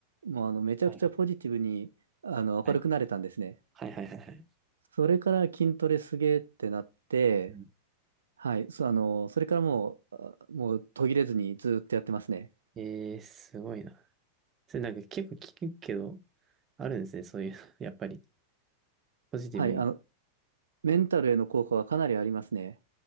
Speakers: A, on the right; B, on the right.
A: もうあの、めちゃくちゃポジティブに、
B: はいはい
A: あの、
B: はい。
A: 明るくなれたんですね。
B: はいはいはいはい。
A: それから筋トレすげーってなって、
B: うん
A: はい、そう、あの、それからもう、あもう途切れずにずーっとやってますね。
B: ええすごいな。それなんか結構聞くけど、あるんですね、そういうの、<laughs> やっぱり。ポジティブに、
A: はい、あの、メンタルへの効果はかなりありますね。